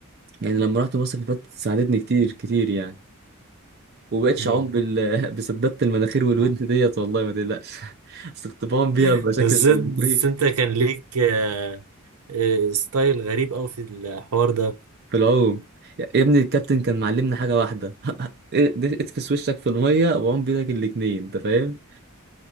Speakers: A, on the right; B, on the right.
A: يعني لما رحت مصر اللي فاتت ساعدتني كتير كتير يعني ومبقتش
B: مم.
A: اعوم بال... <laughs> بسدادة المناخير والودن
B: آه.
A: ديت والله ما تقلقش <laughs> بس كنت بعوم بيها
B: <laughs>
A: بشكل
B: بس
A: زي
B: انت
A: البطريق
B: بس انت كان ليك آه، آه، ستايل غريب قوي في الحوار ده
A: في العوم يا يا ابني الكابتن كان معلمنا حاجة واحدة <laughs> إيه- ده، اتفس وشك في المية وعوم بيدك الاتنين انت فاهم